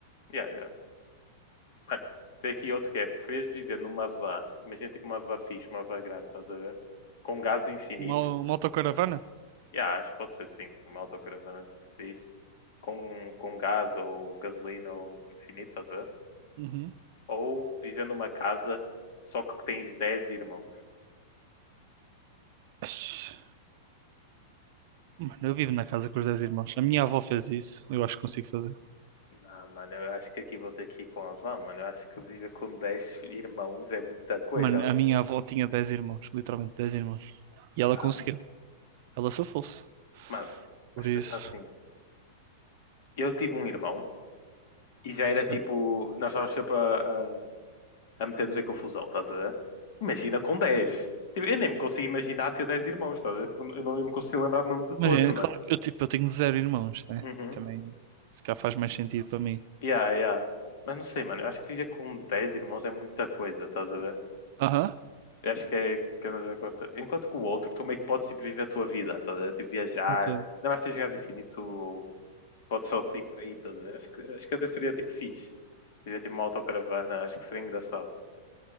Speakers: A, on the left; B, on the right.
A: Yeah, yeah. Mano, tem aqui outro que é: preferias viver numa van? Imagina tipo uma van fixe, uma van grande, estás a ver? Com gás infinito.
B: Uma, uma autocaravana?
A: Yeah, acho que pode ser sim, uma autocaravana tipo fixe. Com, com gás ou gasolina ou infinito, estás a ver?
B: Uhum.
A: Ou viver numa casa só que tens 10 irmãos.
B: Mas, Mano, eu vivo na casa com os 10 irmãos. A minha avó fez isso, eu acho que consigo fazer.
A: Não, mano, eu acho que aqui vou ter que ir com a van, mano. Eu acho que viver com 10 irmãos é muita coisa.
B: Mano, a minha avó tinha 10 irmãos, literalmente 10 irmãos.
A: Que
B: E ela
A: ama.
B: conseguiu, ela só fosse
A: Mano,
B: Por
A: mas
B: isso,
A: pensar assim: eu tive um irmão e já era
B: sabe?
A: tipo, nós estávamos sempre a, a, a meter-nos em confusão, estás a ver? Imagina com dez Tipo, eu nem me consigo imaginar ter 10 irmãos, estás a ver? Tipo, eu não me consigo lembrar o nome de todos,
B: imagina,
A: mano.
B: claro que eu, tipo, eu tenho zero irmãos, né?
A: Uhum.
B: Também, se calhar faz mais sentido para mim.
A: Yeah, yeah. Mas não sei, mano, eu acho que viver com 10 irmãos é muita coisa, estás a ver?
B: Aham,
A: Eu acho que é. que andas a conta. Enquanto que o outro, tu meio que podes tipo, viver a tua vida, estás a ver? Tipo, viajar.
B: entendo,
A: Ainda mais se jogares infinito, ou podes só ir por aí, estás a ver? Acho que, acho que até seria tipo fixe. Seria tipo uma autocaravana, acho que seria engraçado.